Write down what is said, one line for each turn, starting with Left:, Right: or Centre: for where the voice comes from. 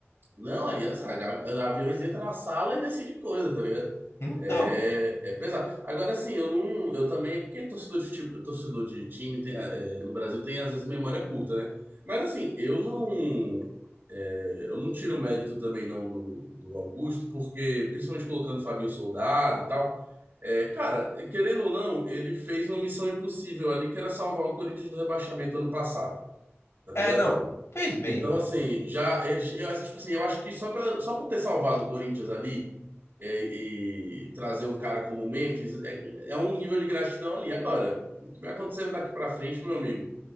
Right: Não, aí as- a- a- aviões entram na sala e decide coisa, tá ligado?
Left: Então,
Right: É, é pesado. Agora, assim, eu não. Eu também. Porque torcedor de, fute- torcedor de time tem, é, no Brasil tem, às vezes, memória curta, né? Mas, assim, eu não. é, eu não tiro o mérito também, não, do, do Augusto, porque, principalmente colocando o Fabinho Soldado e tal. é, cara, querendo ou não, ele fez uma missão impossível ali, que era salvar o Corinthians do rebaixamento ano passado, tá ligado?
Left: é, não. Fez bem,
Right: Então, assim, já eles, eu acho, tipo assim, eu acho que só pra, só por ter salvado o Corinthians ali é, e trazer um cara como o Memphis é, é um nível de gratidão ali. Agora, o que vai acontecer daqui pra frente, meu amigo?